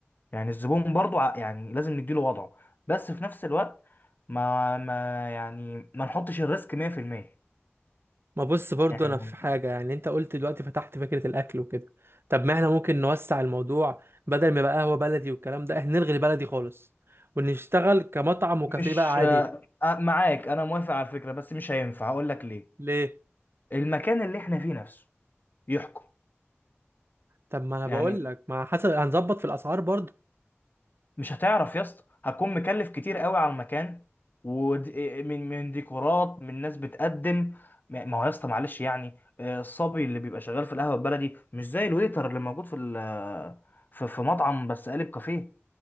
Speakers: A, on the left (about 45°); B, on the right (about 60°).
A: يعني الزبون برضو ع- يعني لازم نديله وضعه بس في نفس الوقت ما ما يعني ما نحطش الريسك 100%
B: ما بص برضو
A: يعني
B: انا في حاجه يعني انت قلت دلوقتي فتحت فكره الاكل وكده طب ما احنا ممكن نوسع الموضوع بدل ما يبقى قهوه بلدي والكلام ده احنا نلغي البلدي خالص ونشتغل كمطعم وكافيه
A: مش
B: بقى عادي
A: آه، معاك انا موافق على الفكرة بس مش هينفع هقول لك ليه
B: ليه
A: المكان اللي احنا فيه نفسه يحكم
B: طب ما انا
A: يعني
B: بقول لك ما حسب هنظبط في الاسعار برضو
A: مش هتعرف يا اسطى هتكون مكلف كتير قوي على المكان ومن من ديكورات من ناس بتقدم ما ما هو يا اسطى معلش يعني آه، الصبي اللي بيبقى شغال في القهوه البلدي مش زي الويتر اللي موجود في ال- في في مطعم بس قالب كافيه